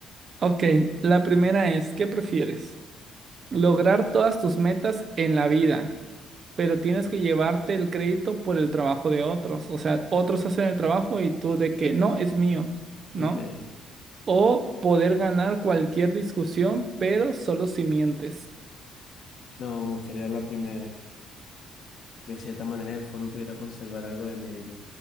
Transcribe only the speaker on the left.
Ok.
No, me gustaría la primera. De cierta manera, en el fondo pudiera conservar algo de mérito.